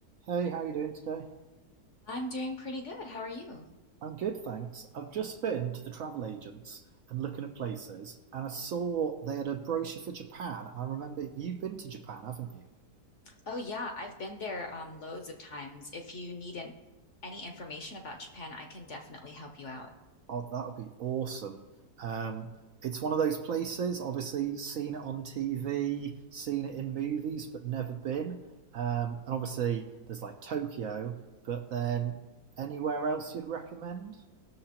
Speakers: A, on the right (about 65°); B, on the left (about 55°).
A: Hey, how are you doing today?
B: I'm doing pretty good. How are you?
A: I'm good, thanks. I've just been to the travel agents and looking at places, and I saw they had a brochure for Japan. And I remember you've been to Japan, haven't you?
B: Oh yeah, I've been there um, loads of times. If you need an, any information about Japan, I can definitely help you out.
A: Oh, that would be awesome. Um, it's one of those places, obviously, seen it on TV, seen it in movies, but never been. Um, and obviously, there's like Tokyo, but then anywhere else you'd recommend?